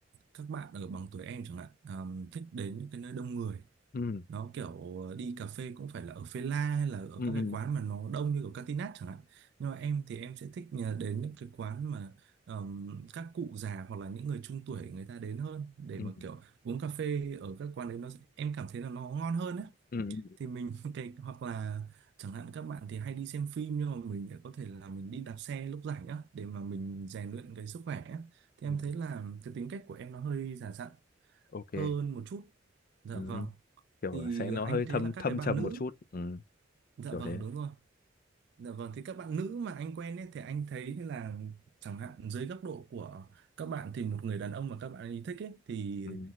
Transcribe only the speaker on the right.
các bạn ở bằng tuổi em chẳng hạn ờ, thích đến những cái nơi đông người
nó kiểu ờ, đi cà phê cũng phải là ở phê la hay là ở
các cái quán mà nó đông như ở Catinat chẳng hạn nhưng mà em thì em sẽ thích nhờ đến những cái quán mà ờm, các cụ già hoặc là những người trung tuổi người ta đến hơn để
mà kiểu uống cà phê ở các quán đấy nó em cảm thấy là nó ngon hơn đấy
thì mình <laughs> cái hoặc là chẳng hạn các bạn thì hay đi xem phim nhưng mà mình lại có thể là mình đi đạp xe lúc rảnh á để mà mình rèn luyện cái sức khỏe á. Thì
em thấy là cái tính cách của em nó hơi già dặn
hơn một chút. Dạ
vâng.
Thì
anh
thấy
là các
cái bạn
nữ,
dạ
vâng
đúng rồi. Dạ vâng thì các bạn nữ mà anh quen ấy thì anh thấy là chẳng hạn dưới góc độ của các bạn thì một người đàn ông mà các bạn ấy thích ấy thì